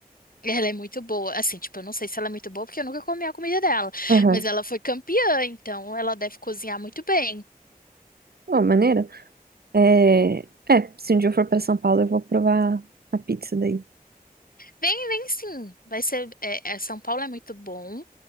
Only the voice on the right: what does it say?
Aham.
Pô, maneiro. É, é, se um dia eu for pra São Paulo, eu vou provar a pizza daí.